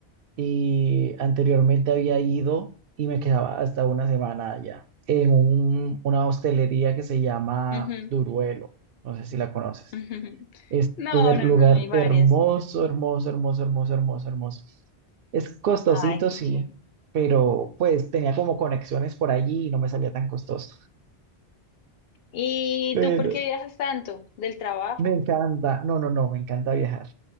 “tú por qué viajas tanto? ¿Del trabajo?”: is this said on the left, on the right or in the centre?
Left